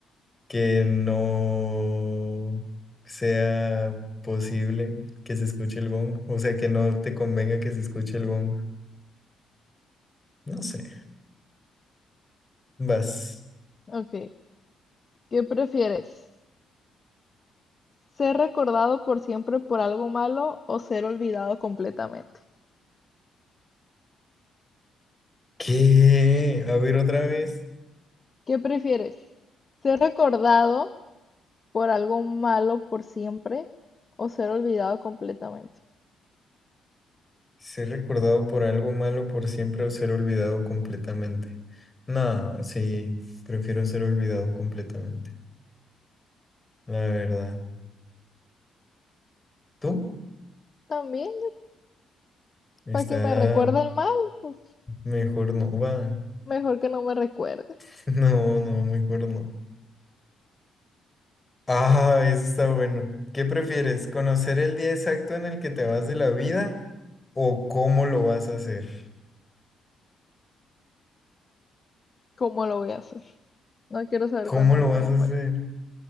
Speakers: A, on the left; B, on the left.
A: que no sea posible que se escuche el gong. O sea, que no te convenga que se escuche el gong. No sé. Vas.
B: Ok, ¿qué prefieres? ¿Ser recordado por siempre por algo malo o ser olvidado completamente?
A: ¿Qué? A ver otra vez.
B: ¿Qué prefieres? ¿Ser recordado por algo malo por siempre o ser olvidado completamente?
A: Ser recordado por algo malo por siempre o ser olvidado completamente. No, sí, prefiero ser olvidado completamente, la verdad. ¿Tú?
B: También,
A: Está
B: para que me recuerde el mal, pues,
A: mejor no, va.
B: mejor que no me recuerde.
A: <laughs> No, no, mejor no. Ah, eso está bueno. ¿Qué prefieres? ¿Conocer el día exacto en el que te vas de la vida o cómo lo vas a hacer?
B: ¿Cómo lo voy a hacer? No quiero saber
A: ¿Cómo
B: cuándo
A: lo
B: me voy
A: vas
B: a
A: a
B: morir.
A: hacer?